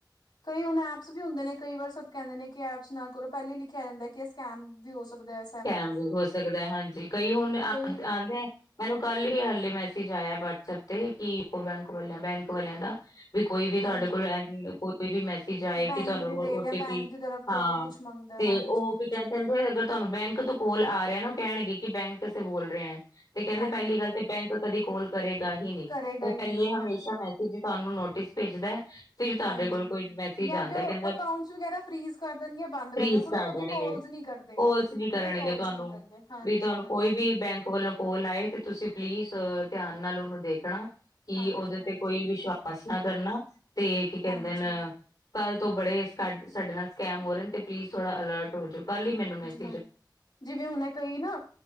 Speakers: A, on the left; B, on the left.
A: ਕਈ ਹੁਣ ਐਪਸ ਵੀ ਹੁੰਦੇ ਨੇ ਕਈ ਵਾਰ ਸਭ ਕਹਿੰਦੇ ਨੇ ਕਿ ਐਪਸ ਨਾ ਕਰੋ ਪਹਿਲਾਂ ਹੀ ਲਿਖਿਆ ਜਾਂਦਾ, ਕਿ ਇਹ ਸਕੈਮ ਵੀ ਹੋ ਸਕਦਾ ਐ।
B: ਕੈਮ ਵੀ ਹੋ ਸਕਦਾ, ਹਾਂਜੀ, ਕਈ ਹੁਣ ਆਉਂਦੇ
A: ਕੋਈ
B: ਮੈਨੂੰ ਕੱਲ ਹੀ ਹਾਲੇ ਮੈਸੇਜ ਆਇਆਂ ਵਟਸਐਪ ਤੇ ਕਿ ਯੂਕੋ ਬੈਂਕ ਵਾਲਿਆਂ ਬੈਂਕ ਵਾਲਿਆਂ ਦਾ ਵੀ ਕੋਈ ਵੀ ਤੁਹਾਡੇ
A: ਹਾਂਜੀ
B: ਕੋਲ ਕੋਈ ਵੀ ਮੈਸੇਜ ਜਾਏ
A: ਬੈਂਕ
B: ਕਿ ਤੁਹਾਨੂੰ
A: ਡਿਟੇਲ
B: ਓਟੀ
A: ਜਾਂ ਬੈਂਕ
B: ਪੀ
A: ਦੀ ਤਰਫ ਤੋਂ
B: ਹਾਂ,
A: ਕੋਈ ਕੁਛ ਮੰਗਦਾ
B: ਤੇ
A: ਹਾਂਜੀ
B: ਉਹ
A: ਹਾਂਜੀ
B: ਕੀ ਕਹਿ ਦਿੰਦੇ ਅਗਰ ਤੁਹਾਨੂੰ ਬੈਂਕ ਤੋਂ ਕੋਲ ਆ ਰਿਹਾ ਨਾ, ਉਹ ਕਹਿਣਗੇ ਕਿ ਬੈਂਕੇ ਸੇ ਬੋਲ ਰਹੇ ਐ, ਤੇ ਕਹਿੰਦੇ
A: ਹਾਂਜੀ
B: ਪਹਿਲੀ ਗੱਲ ਤੇ ਬੈਂਕ ਕਦੀ ਕੋਲ ਕਰੇਗਾ ਹੀ ਨੀ,
A: ਕਰੇਗਾ
B: ਉਹ
A: ਹੀ
B: ਪਹਿਲੇ
A: ਨਹੀਂ
B: ਹਮੇਸ਼ਾ
A: ਹਾਂਜੀ
B: ਮੈਸੇਜ ਚ ਤੁਹਾਨੂੰ ਨੋਟਿਸ ਭੇਜਦਾ। ਫਿਰ ਤੁਹਾਡੇ
A: ਹਾਂਜੀ
B: ਕੋਲ ਕੋਈ ਮੈਸੇਜ
A: ਜਾਂ
B: ਆਂਦਾ,
A: ਤੇ ਉਹ
B: ਕਹਿੰਦਾ
A: ਅਕਾਊਂਟਸ ਵਗੈਰਾ ਫਰੀਜ਼ ਕਰ ਦੇਣਗੇ ਬੰਦ
B: ਫਰੀਜ਼
A: ਦੇਣਗੇ ਪਰ ਉਹ
B: ਕਰ
A: ਕਦੀ
B: ਦੇਣਗੇ।
A: ਕਾਲਸ ਨਹੀਂ ਕਰਦੇ।
B: ਫੋਰਸ ਵੀ
A: ਬਟ
B: ਕਰਨਗੇ,
A: ਉਹ ਕਾਲਸ
B: ਤੁਹਾਨੂੰ
A: ਨਹੀਂ ਕਰਦੇ ਹਾਂਜੀ
B: ਵੀ ਤੁਹਾਨੂੰ
A: ਹਾਂਜੀ
B: ਕੋਈ ਵੀ ਬੈਂਕ ਵੱਲੋਂ ਕੋਲ ਆਏ ਤੇ ਤੁਸੀਂ ਪਲੀਜ਼ ਧਿਆਨ ਨਾਲ ਉਹਨੂੰ ਦੇਖਣਾ। ਕਿ
A: ਹਾਂਜੀ
B: ਉਹਦੇ
A: ਹਾਂਜੀ
B: ਤੇ ਕੋਈ ਵਿਸ਼ਵਾਸ ਨਾ ਕਰਨਾ, ਤੇ ਕੀ ਕਹਿੰਦੇ
A: ਹਾਂਜੀ
B: ਨੇ ਕੱਲ੍ਹ ਤੋਂ ਬੜੇ ਸਾਡੇ ਨਾਲ ਸਕੈਮ ਹੋ ਰਹੇ ਨੇ, ਤੇ ਪਲੀਜ਼ ਥੋੜਾ ਅਲਰਟ ਹੋ ਜਾਓ। ਕੱਲ ਹੀ ਮੈਨੂੰ ਮੈਸ
A: ਹਾਂ ਜਿਵੇਂ ਹੁਣ ਕਈ ਨਾ